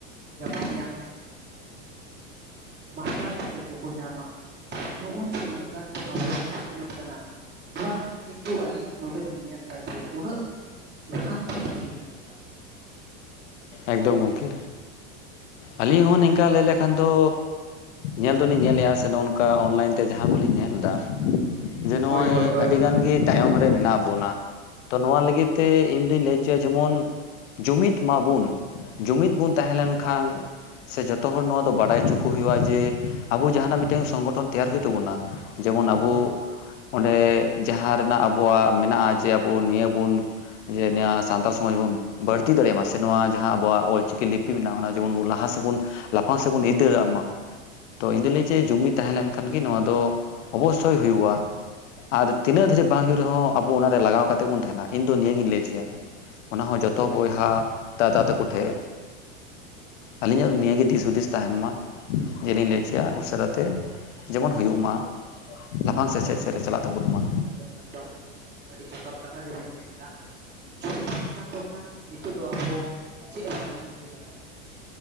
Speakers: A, on the right (about 25°); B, on the left (about 75°).
A: ᱜᱟᱯᱟ ᱢᱮᱭᱟᱝ᱾ ᱢᱟᱥᱴᱟᱨ ᱪᱟᱹᱠᱨᱤ ᱠᱚᱠᱚ ᱧᱟᱢᱟ ᱱᱚᱜᱼᱚᱭ ᱡᱮ ᱩᱱᱟᱹᱜ ᱜᱟᱱ ᱵᱚᱱ ᱟᱵᱚ ᱵᱚᱱ ᱥᱤᱠᱷᱱᱟᱹᱛ ᱠᱟᱱᱟ᱾ ᱱᱚᱣᱟ ᱨᱮᱱᱟᱜ ᱠᱤᱱᱛᱩ ᱟᱹᱞᱤᱧ ᱱᱚᱰᱮᱞᱤᱧ ᱧᱮᱞᱫᱟ ᱡᱮ ᱩᱱᱟᱹᱜ ᱞᱟᱦᱟᱱᱛᱤ ᱵᱟᱹᱞᱤᱧ ᱧᱮᱞ ᱮᱫᱟ ᱾
B: ᱮᱠᱫᱚᱢ ᱜᱚᱝᱠᱮ ᱟᱹᱞᱤᱧ ᱦᱚᱸ ᱱᱤᱝᱠᱟ ᱞᱟᱹᱭ ᱞᱮᱠᱷᱟᱱ ᱫᱚ ᱧᱮᱞ ᱫᱚᱞᱤᱧ ᱧᱮᱞᱮᱜ-ᱟ ᱥᱮ ᱱᱚᱱ ᱠᱟ ᱚᱱᱞᱟᱭᱤᱱ ᱛᱮ ᱡᱟᱦᱟᱸ ᱠᱩᱞᱤᱧ ᱧᱮᱞ ᱫᱟ, ᱡᱮ ᱱᱚᱜ-ᱚᱭ
A: ᱦᱳᱭ ᱦᱳᱭ ᱦᱳᱭ
B: ᱟᱹᱰᱤ ᱜᱟᱱ ᱜᱮ ᱛᱟᱭᱚᱢ ᱨᱮ ᱢᱮᱱᱟᱜ ᱵᱚᱱᱟ, ᱛᱚ ᱱᱚᱣᱟ ᱞᱟᱹᱜᱤᱫ ᱛᱮ ᱤᱧ ᱫᱩᱧ ᱞᱟᱹᱭ ᱪᱚᱭᱟ ᱡᱮᱢᱚᱱ ᱡᱩᱢᱤᱫ ᱢᱟᱵᱩᱱ, ᱡᱩᱢᱤᱫ ᱵᱚᱱ ᱛᱟᱦᱮᱸ ᱞᱮᱱᱠᱷᱟᱱ, ᱥᱮ ᱡᱚᱛᱚ ᱦᱚᱲ ᱱᱚᱣᱟ ᱫᱚ ᱵᱟᱰᱟᱭ ᱩᱪᱩ ᱠᱚ ᱦᱩᱭᱩᱜ-ᱟ ᱡᱮ ᱟᱵᱚ ᱡᱟᱦᱟᱱᱟᱜ ᱢᱤᱫᱴᱮᱱ ᱥᱚᱝᱜᱚᱴᱷᱚᱱ ᱛᱮᱭᱟᱨ ᱦᱩᱭᱩᱜ ᱛᱟᱵᱚᱱᱟ᱾ ᱡᱮᱢᱚᱱ ᱟᱵᱩ
A: ᱦᱳᱭ ᱦᱳᱭ
B: ᱚᱸᱰᱮ ᱡᱟᱦᱟᱸ ᱨᱮᱱᱟᱜ ᱟᱵᱚᱣᱟᱜ ᱢᱮᱱᱟᱜ-ᱟ ᱡᱮ ᱟᱵᱩ ᱱᱤᱭᱟᱹ ᱵᱩᱱ ᱡᱮ ᱱᱮᱭᱟ ᱥᱟᱱᱛᱟᱲ ᱥᱚᱢᱟᱡᱽ ᱵᱚᱱ ᱵᱟᱹᱲᱛᱤ ᱫᱟᱲᱮᱭᱟᱜ ᱢᱟ ᱥᱮ ᱱᱚᱣᱟ ᱡᱟᱦᱟᱸ ᱟᱵᱚᱣᱟᱜ ᱚᱞᱪᱤᱠᱤ ᱞᱤᱯᱤ ᱢᱮᱱᱟᱜ-ᱟ ᱚᱱᱟ ᱡᱮᱢᱚᱱ ᱵᱚᱱ ᱞᱟᱦᱟ ᱥᱮᱫ ᱵᱚᱱ ᱞᱟᱯᱷᱟᱝ ᱥᱮᱫ ᱵᱚᱱ ᱤᱫᱤ ᱫᱟᱲᱮᱜ ᱢᱟ, ᱛᱚ ᱤᱧ ᱫᱩᱧ ᱞᱟᱹᱭᱟ ᱡᱮ ᱡᱩᱢᱤᱫ ᱛᱟᱦᱮᱸ ᱞᱮᱱᱠᱷᱟᱱ ᱜᱮ ᱱᱚᱣᱟ ᱫᱚ ᱚᱵᱚᱥᱥᱳᱭ ᱦᱩᱭᱩᱜ-ᱟ᱾ ᱟᱨ ᱛᱤᱱᱟᱹᱜ ᱫᱟᱹᱨᱤᱡ ᱵᱟᱝ ᱦᱚᱭᱩᱜ ᱨᱮᱦᱚᱸ ᱟᱵᱚ ᱚᱱᱟ ᱨᱮ ᱞᱟᱜᱟᱣ ᱠᱟᱛᱮᱫ ᱵᱚᱱ ᱛᱟᱦᱮᱱᱟ ᱤᱧ ᱫᱚ ᱱᱤᱭᱟᱹᱜᱤᱧ ᱞᱟᱹᱭ ᱦᱚᱪᱚᱭᱟ᱾ ᱚᱱᱟᱦᱚᱸ ᱡᱚᱛᱚ
A: ᱦᱳᱭ ᱜᱚᱢᱠᱮ
B: ᱵᱚᱭᱦᱟ ᱫᱟᱫᱟ ᱛᱟᱠᱚ ᱴᱷᱮᱜ᱾ ᱟᱹᱞᱤᱧᱟᱜ ᱫᱚ ᱱᱤᱭᱟᱹᱜᱮ ᱫᱤᱥ ᱦᱩᱫᱤᱥ ᱛᱟᱦᱮᱱ ᱢᱟ ᱡᱮ ᱞᱤᱧ ᱞᱟᱹᱭ ᱪᱚᱭᱟ ᱩᱥᱟᱹᱨᱟ ᱛᱮ ᱡᱮᱢᱚᱱ ᱦᱩᱭᱩᱜ ᱢᱟ ᱞᱟᱯᱷᱟᱝ ᱥᱮᱪᱮᱫ
A: ᱦᱳᱭ ᱜᱚᱢᱠᱮ
B: ᱥᱮᱫ ᱨᱮ ᱪᱟᱞᱟᱜ ᱛᱟᱵᱩᱱ ᱢᱟ᱾
A: ᱮᱠᱫᱚᱢ ᱮᱠᱫᱚᱢ ᱟᱹᱰᱤ ᱡᱚᱛᱷᱟᱚᱛ ᱠᱟᱛᱷᱟ ᱜᱮᱵᱮᱱ ᱞᱟᱹᱭ ᱠᱮᱫᱟ᱾ ᱡᱩᱢᱤᱫ ᱵᱟᱝᱠᱷᱟᱱ ᱫᱚᱠᱷᱟᱱ ᱱᱤᱛᱳᱜ ᱫᱚ ᱟᱵᱚ ᱪᱮᱜ ᱦᱚᱸ ᱵᱟᱵᱚᱱ ᱪᱤᱠᱟᱹ ᱫᱟᱲᱮᱜ-ᱟ᱾